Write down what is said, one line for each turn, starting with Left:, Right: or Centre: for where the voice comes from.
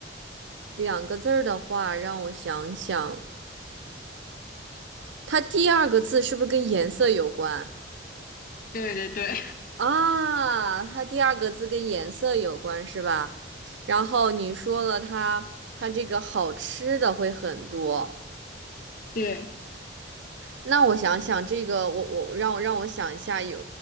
Right: 两个字儿的话，让我想想，它第二个字是不是跟颜色有关
Left: 对对对，
Right: 啊？它第二个字跟颜色有关是吧？然后你说了它它这个好吃的会很多，
Left: <laughs> 对，
Right: 那我想想这个，我我让我让我想一下，有